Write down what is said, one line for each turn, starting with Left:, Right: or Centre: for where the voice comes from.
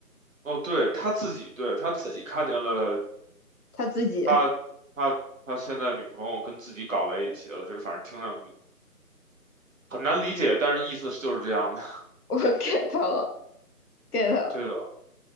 Right: 哦，对，他自己，对，他自己看见了
Left: 他自己，
Right: 他他他现在女朋友跟自己搞在一起了，这反正听上去很难理解，但是意思就是这样的。<laughs>
Left: 我 get 了，get 了。
Right: 对的，